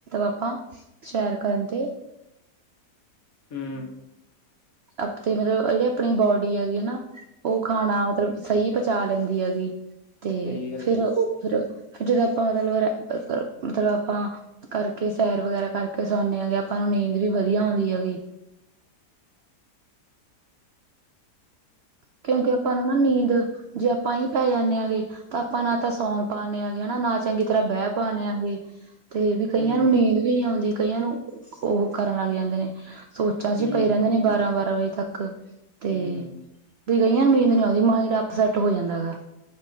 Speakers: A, on the right; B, on the left.
A: ਆਪਾਂ ਸੈਰ ਕਰਨ ਤੇ
B: ਹੂੰ
A: ਆਪਣੇ ਮਤਲਬ ਜਿਹੜੇ ਆਪਣੀ ਬੋਡੀ ਹੈਗੇ ਹਨਾ ਉਹ ਖਾਣਾ ਮਤਲਬ ਸਹੀ ਪਹੁੰਚਾ ਲੈਂਦੀ ਹੈਗੀ ਤੇ
B: ਸਹੀ ਗੱਲ ਹੈ ਜੀ।
A: ਫਿਰ ਫਿਰ ਜਦੋਂ ਆਪਾਂ ਮਤਲਬ ਮਤਲਬ ਆਪਾਂ ਕਰਕੇ ਸੈਰ ਵਗੈਰਾ ਕਰਕੇ ਸੌਂਦੇ ਆਗੇ ਆਪਾਂ ਨੂੰ ਨੀਂਦ ਵੀ ਵਧੀਆ ਆਉਂਦੀ ਹੈਗੀ ਕਿਉਂਕਿ ਆਪਾਂ ਨੂੰ ਨਾ ਨੀਂਦ ਜੇ ਆਪਾਂ ਹੀ ਪੈ ਜਾਂਦੇ ਹਗੇ ਤਾਂ ਆਪਾਂ ਨਾ ਤਾਂ ਸੌਂਗ ਪਾਉਂਦੇ ਹਾਂਗੇ ਹਨਾ ਨਾ ਚੰਗੀ ਤਰ੍ਹਾਂ ਬਹਿ ਪਾਦੇ ਹਾਂਗੇ ਤੇ ਵੀ ਕਈਆਂ
B: ਹੂੰ,
A: ਨੂੰ ਨੀਂਦ ਵੀ ਨਹੀਂ ਆਉਂਦੀ ਕਈਆਂ ਨੂੰ ਉਹ ਕਰਨ ਲੱਗ ਜਾਂਦੇ ਨੇ ਸੋਚਾਂ ਸੀ
B: ਹੂੰ,
A: ਪਏ ਰਹਿੰਦੇ ਨੇ ਬਾਰਾਂ ਬਾਰਾਂ ਵਜੇ ਤੱਕ ਤੇ
B: ਹੂੰ, ਹੂੰ
A: ਵੀ ਗਈਆਂ ਨੂੰ ਨੀਂਦ ਨੀ ਆਉਂਦੀ ਮਾਈੰਡ ਅਪਸੈੱ ਹੋ ਜਾਂਦਾ ਹੈਗਾ